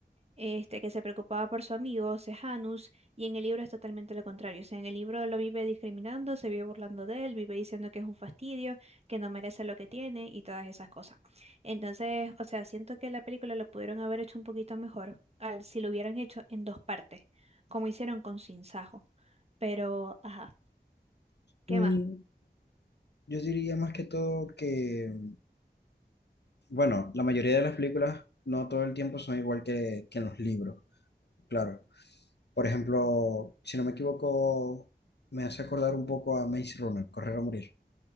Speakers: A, on the right; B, on the left.
A: este, que se preocupaba por su amigo Sejanus, y en el libro es totalmente lo contrario. O sea, en el libro lo vive discriminando, se vive burlando de él, vive diciendo que es un fastidio, que no merece lo que tiene y todas esas cosas. Entonces, o sea, siento que la película lo pudieron haber hecho un poquito mejor al, si lo hubieran hecho en dos partes, como hicieron con Sin Sajo. Pero, ajá, ¿qué
B: Mm,
A: más?
B: Yo diría más que todo que, mm, bueno, la mayoría de las películas no todo el tiempo son igual que, que en los libros, claro. Por ejemplo, si no me equivoco, me hace acordar un poco a Maze Runner, Correr o Morir.